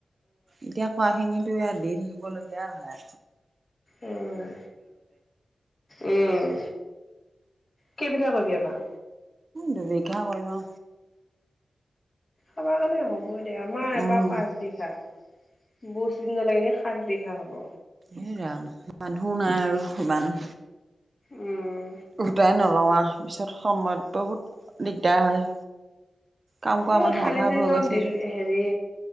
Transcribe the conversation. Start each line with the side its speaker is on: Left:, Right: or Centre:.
Right: এতিয়া খোৱাখিনিতো ইয়াত দি থাকিবলগীয়া হয় আ
Left: উম উম কেই বিঘা কৰিবি এই বাৰ
Right: দুবিঘা কৰিম আৰু
Left: খাব কাৰণে হ'ব দে আমাৰ এবাৰ
Right: উম
Left: পাঁচবিঘা বহ দিন লাগনে সাত বিঘা হ'ব
Right: এৰাম মানুো নাই আৰু ইমান
Left: উম,
Right: উটাই নলোৱাা তাৰ পিছত সময়ত বহুত দিগদাৰ হয় কাম কৰা
Left: মই
Right: মানুহ
Left: খালি
Right: অভাৱ হৈ গৈছে
Left: হেৰি